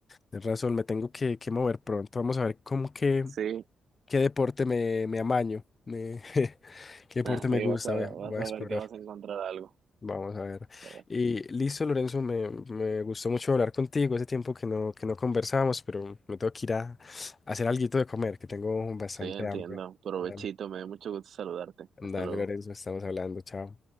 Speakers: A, on the left (about 40°); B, on the right (about 65°).
A: es razón, me tengo que, que mover pronto. Vamos a ver cómo que
B: sí,
A: ¿Qué deporte me, me amaño? Me- <laughs> ¿qué deporte
B: Ah,
A: me
B: sí,
A: gusta?
B: vas a,
A: Voy
B: vas
A: a, voy a explorar.
B: a ver que vas a encontrar algo.
A: Vamos a ver.
B: Vas a ver.
A: Y listo, Lorenzo, me, me gustó mucho hablar contigo. Hace tiempo que no, que no conversábamos, pero me tengo que ir a, a hacer alguito de comer, que tengo bastante
B: Sí, entiendo.
A: hambre.
B: Provechito,
A: Dale,
B: me dio mucho gusto saludarte.
A: dale,
B: Hasta luego.
A: Lorenzo, estamos hablando. Chao.